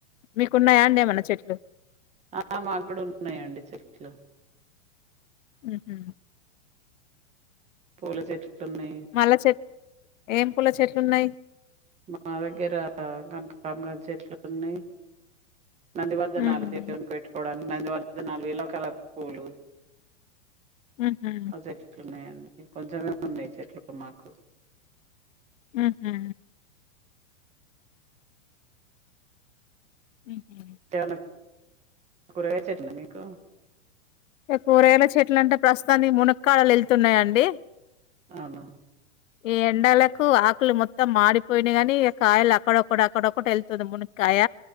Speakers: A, on the left (about 85°); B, on the right (about 20°).
A: మీకున్నాయా అండి ఏమన్న చెట్లు.
B: ఆ మాకు కూడా ఉన్నాయి అంది చెట్లు
A: ఉహు
B: పూల చెట్లు ఉన్నాయి
A: మల్లే చెట్ ఏం పూల చెట్లున్నాయి
B: మా దగ్గర కనకాబారం చెట్లు ఉన్నాయి నందివర్ధనలు
A: ఉహు
B: చెట్లు దేవునికి పెట్టుకోడానికు నందివర్ధనలుఎల్లో కలర్ పూలు
A: ఉహు
B: ఆ చెట్లు ఉన్నాయండి కొంచెమే ఉన్నాయి చెట్లు మాకు
A: ఉహు ఉహ
B: ఇంకా ఏంన్న కూరగాయలు చెట్లు ఉన్నాయండి మీకు
A: కూరగాయల చెట్లు అంటే ప్రస్తుతానికి మునక్కాడలు ఎళ్తున్నాయంండి
B: అవునా
A: ఈ ఎండలకు ఆకులు మొత్తం మాడిపోయినా కాని కాయలు అక్కడొక్క అక్కడొక్కటి ఎళ్తుంది మునక్కాయ